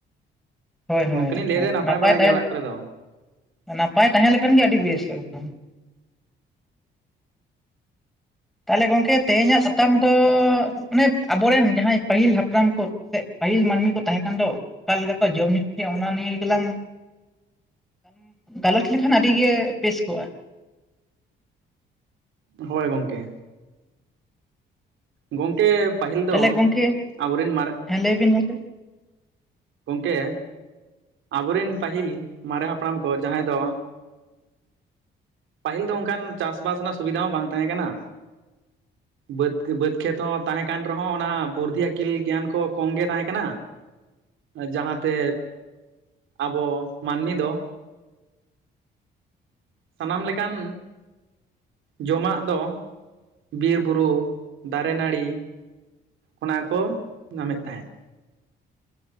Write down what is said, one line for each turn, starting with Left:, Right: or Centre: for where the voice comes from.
Centre: ᱦᱳᱭ ᱦᱳᱭ
Right: ᱜᱚᱝᱠᱮ ᱞᱤᱧ
Centre: ᱮᱠᱫᱚᱢ
Right: ᱞᱟᱹᱭᱫᱟ
Centre: ᱱᱟᱯᱟᱭ
Right: ᱵᱟᱲᱟ
Centre: ᱛᱟᱦᱮᱸ
Right: ᱜᱮ ᱚᱲᱟᱜ ᱠᱚᱨᱮ ᱫᱚ᱾
Centre: ᱱᱟᱯᱟᱭ ᱛᱟᱦᱮᱸ ᱞᱮᱠᱷᱟᱱ ᱜᱮ ᱟᱹᱰᱤ ᱵᱮᱥ ᱮᱠᱫᱚᱢ ᱛᱟᱦᱚᱞᱮ ᱜᱚᱝᱠᱮ ᱛᱮᱦᱮᱧᱟᱜ ᱛᱟᱢ ᱫᱚ ᱚᱱᱮ ᱟᱵᱚᱨᱮᱱ ᱡᱟᱦᱟᱸᱭ ᱯᱟᱹᱦᱤᱞ ᱦᱟᱯᱲᱟᱢ ᱠᱚ ᱥᱮ ᱯᱟᱹᱦᱤᱞ ᱢᱟᱹᱱᱢᱤ ᱠᱚ ᱛᱟᱦᱮᱸ ᱠᱟᱱ ᱫᱚ ᱚᱠᱟ ᱞᱮᱠᱟ ᱠᱚ ᱡᱚᱢ ᱧᱩ ᱛᱟᱦᱮᱸᱫ ᱚᱱᱟ ᱱᱤᱭᱮ ᱜᱮᱞᱟᱝ ᱜᱟᱞᱚᱪ ᱞᱮᱠᱷᱟᱱ ᱟᱹᱰᱤ ᱜᱮ ᱵᱮᱥ ᱠᱚᱜᱼᱟ
Right: ᱦᱳᱭ ᱜᱚᱝᱠᱮ᱾ ᱜᱚᱝᱠᱮ ᱯᱟᱹᱦᱤᱞ
Centre: ᱛᱟᱦᱚᱞᱮ
Right: ᱫᱚ
Centre: ᱜᱚᱝᱠᱮ
Right: ᱟᱵᱚᱨᱮᱱ ᱢᱟᱨ
Centre: ᱦᱮᱸ ᱞᱟᱹᱭᱵᱤᱱ ᱜᱚᱝᱮ
Right: ᱜᱚᱝᱠᱮ ᱟᱵᱚᱨᱮᱱ ᱯᱟᱹᱦᱤᱞ ᱢᱟᱨᱮ ᱦᱟᱯᱲᱟᱢ ᱠᱚ ᱡᱟᱦᱟᱸᱭ ᱫᱚ ᱯᱟᱹᱦᱤᱞ ᱫᱚ ᱚᱱᱠᱟᱱ ᱪᱟᱥ ᱵᱟᱟᱥ ᱨᱮᱱᱟᱜ ᱥᱩᱵᱤᱫᱷᱟ ᱦᱚᱸ ᱵᱟᱝ ᱛᱟᱦᱮᱸ ᱠᱟᱱᱟ ᱵᱟᱹᱫᱽ ᱵᱟᱹᱫᱽ ᱠᱷᱮᱛ ᱦᱚᱸ ᱛᱟᱦᱮᱸ ᱠᱟᱱ ᱨᱮᱦᱚᱸ ᱚᱱᱟ ᱵᱩᱨᱫᱷᱤ ᱟᱹᱠᱤᱞ ᱜᱮᱭᱟᱱ ᱠᱚ ᱠᱚᱢ ᱜᱮ ᱛᱟᱦᱮᱸ ᱠᱟᱱᱟ᱾ ᱡᱟᱦᱟᱸᱛᱮ ᱟᱵᱚ ᱢᱟᱹᱱᱢᱤ ᱫᱚ ᱥᱟᱱᱟᱢ ᱞᱮᱠᱟᱱ ᱡᱚᱢᱟᱜ ᱫᱚ ᱵᱤᱨ ᱵᱩᱨᱩ ᱫᱟᱨᱮ ᱱᱟᱹᱲᱤ ᱚᱱᱟ ᱠᱚ ᱧᱟᱢᱮᱫ ᱛᱟᱦᱮᱸᱫ